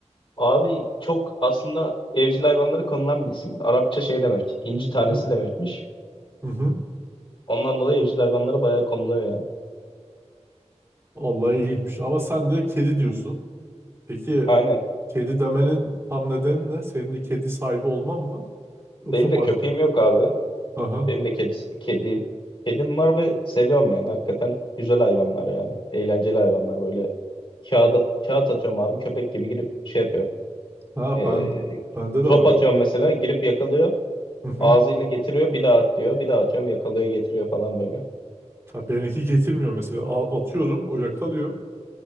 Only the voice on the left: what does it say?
Abi çok aslında evcil hayvanlara konulan bir isim. Arapça şey demek. inci tanesi
demekmiş.
Ondan dolayı evcil hayvanlara bayağı konuluyor yani.
Aynen.
Benim de
köpeğim yok abi.
Benim de kedisi, kedim, kedim var ve seviyorum yani. Hakikaten güzel hayvanlar yani. Eğlenceli hayvanlar böyle. Kağıda, kağıt atıyorum abi köpek gibi girip şey yapıyor.
E,
top
atıyorum
mesela girip yakalıyor.
Ağzıyla getiriyor bir daha at diyor. Bir daha atıyorum yakalıyor getiriyor falan böyle.